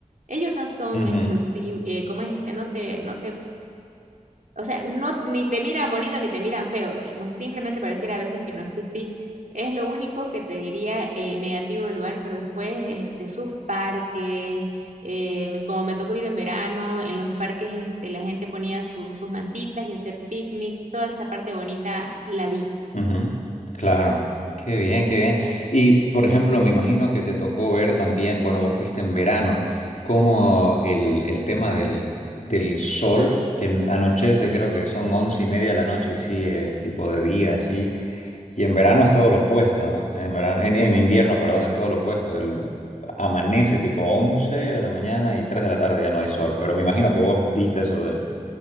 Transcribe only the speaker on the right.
Ellos no son
exclusivos, eh, ¿cómo es este? No te, no te, o sea, no, ni te miran bonito ni te miran feo, digamos, simplemente pareciera a veces que no existís. Es lo único que te diría eh, negativo del lugar, pero después este, sus parques, eh, me- como me tocó ir en verano, en los parques este, la gente ponía su- sus mantitas y hacer picnic, toda esa parte bonita la vi.